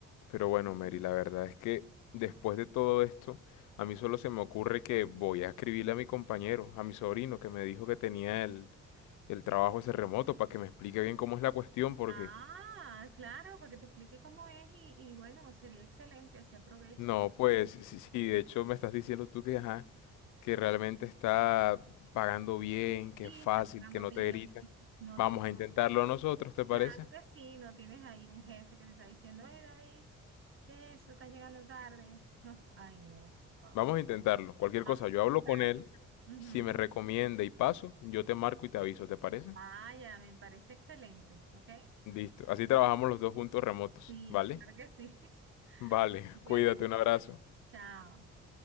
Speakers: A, on the left; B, on the right.
A: Pero bueno, Mary, la verdad es que después de todo esto, a mí solo se me ocurre que voy a escribirle a mi compañero, a mi sobrino, que me dijo que tenía el, el trabajo ese remoto, para que me explique bien cómo es la cuestión, porque
B: Ah, claro, para que te explique cómo es y, y bueno, sería excelente, así aprovechas.
A: No, pues sí, sí, de hecho me estás diciendo tú que, ajá, que realmente está pagando bien, que
B: Y
A: es fácil,
B: está pagando
A: que no
B: bien.
A: te gritan.
B: No
A: Vamos
B: tienes,
A: a intentarlo nosotros, ¿te parece?
B: claro que sí, no tienes ahí un jefe que te está diciendo, hey David, ¿qué es eso? Estás llegando tarde. No, ay no, por favor.
A: Vamos a intentarlo. Cualquier
B: Vamos
A: cosa, yo
B: a intentarlo.
A: hablo con él.
B: Ujú.
A: Si me recomienda y paso, yo te marco y te aviso, ¿te parece?
B: Ah, ya, me parece excelente, ¿ok?
A: Listo. Así trabajamos los dos juntos remotos,
B: Sí,
A: ¿vale?
B: claro que sí. <laughs>
A: Vale, <laughs>
B: Cuídate
A: cuídate,
B: mucho.
A: un abrazo.
B: Chao.